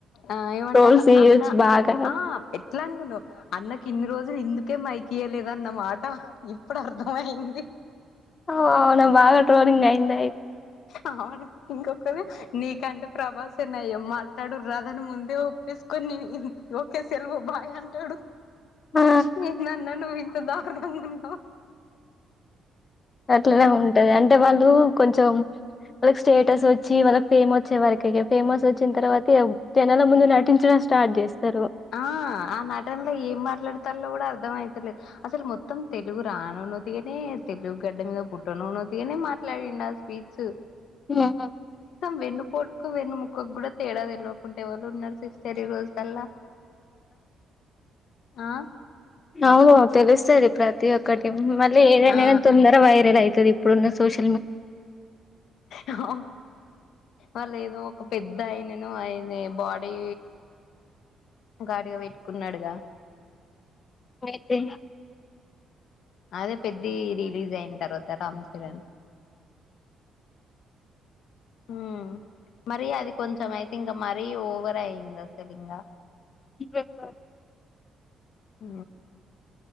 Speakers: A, on the left; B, on the left.
A: ఆ ఏమంటలా
B: ట్రోల్స్ చేయొచ్చు
A: అన్న
B: బాగా
A: ఆ ఎట్లా అనుకున్నవ్ అన్నకి ఇన్ని రోజులు ఇందుకే మైకి ఇయలేదన్న మాట ఇప్పుడు అర్థమయింది
B: ఆ ఓ అవునా బాగా ట్రోలింగ్ అయింద
A: అవును ఇంకొకలు నీకంటే ప్రభాసె నయం మాట్లాడురాదని ముందే ఒ ప్పేసుకొని నేన్ ఓకే సెలవు బాయ్ అంటాడు
B: ఆ
A: మిందన్న నువ్వు ఇంత దారుణంగా ఉన్నావ్
B: అట్లానే ఉంటది అంటే వాళ్ళు కొంచెం రేస్ స్టేటస్ వచ్చి వాళ్ళకి ఫేమ్ వచ్చే వరకే ఇగ ఫేమస్ వచ్చిన తర్వాత జనాల ముందు నటించడం స్టార్ట్ చేస్తారు
A: ఆ ఆ నటనలో ఏం మాట్లాడతల్లో కూడా అర్థమయి అసలు మొత్తం తెలుగు రానోనోతినే తెలుగు గడ్డ మీద పుట్టనన్నోతిగానే మాట్లాడిన్ ఉందా స్పీచ్చు
B: ఉ అబావ్
A: వెన్ను పోటుకు వెన్ను ముకకు కూడ తేడా తెల్వకుంటే ఎవలున్నారు సిస్టర్ ఈ రోజు టెల్లా ఆ
B: అవును తెలుస్తది ప్రతి ఒక్కటి మళ్ళీ ఏదైనా
A: ఆ
B: గాని తొందర వైరల్ అయితది. ఇప్పుడున్నా సోషి
A: అహహు ఆ లేదు ఒక పెద్ద ఆయని నో ఆయిన్ని బాడీ గార్డ్గా పెట్టుకున్నాడుగా
B: లేత్తే
A: అదే పెద్ది రిలీజ్ అయిన తర్వాత రామ్ చరణ్ ఉ మరి అది కొంచెం అయితే ఇంకా మరీ ఓవర్ అయ్యందది అసలు ఇంగా.
B: ఇ <unintelligible>
A: ఉ